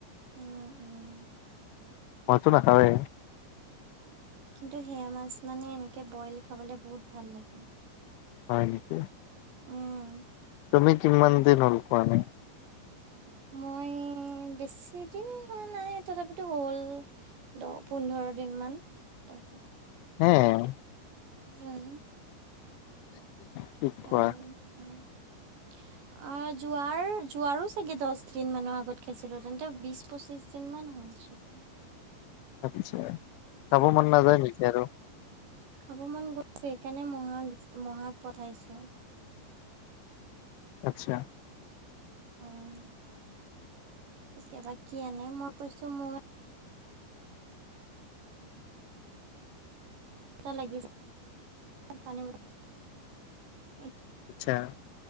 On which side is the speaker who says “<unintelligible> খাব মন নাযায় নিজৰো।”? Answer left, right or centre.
Left